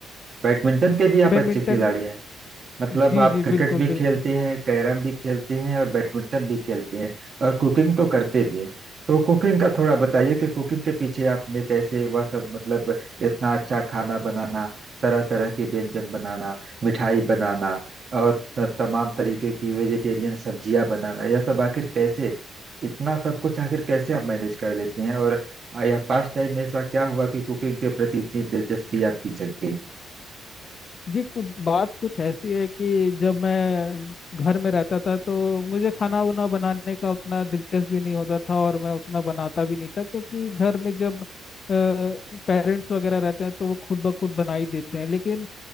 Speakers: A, on the right (about 45°); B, on the left (about 45°).
A: बैडमिंटन के भी आप
B: बैडमिंटन
A: अच्छे खिलाड़ी हैं मतलब
B: जी
A: आप
B: जी
A: क्रिकेट
B: बिल्कुल
A: भी
B: बिल्कुल
A: खेलती हैं कैरम भी खेलती हैं और बैडमिंटन भी खेलती हैं और कुकिंग तो करते भी हैं तो कुकिंग का थोड़ा बताइए कि कुकिंग के पीछे आपने कैसे वह सब मतलब इतना अच्छा खाना बनाना तरह तरह के व्यंजन बनाना मिठाई बनाना और त- तमाम तरीके की वेजिटेरियन सब्जियां बनाना यह सब आखिर कैसे इतना सब कुछ आखिर कैसे आप मैनेज कर लेती हैं और यह पास्ट टाइम में ऐसा क्या हुआ कि कुकिंग के प्रति इतनी दिलचस्पी आपकी जग गई
B: जी कुछ बात कुछ ऐसी है कि जब मैं घर में रहता था तो मुझे खाना उना बनाने का उतना दिलचस्प भी नहीं होता था और मैं उतना बनाता भी नहीं था क्योंकि घर में जब पेरेंट्स वगैरह रहते हैं तो वो खुद ब खुद बना ही देते हैं लेकिन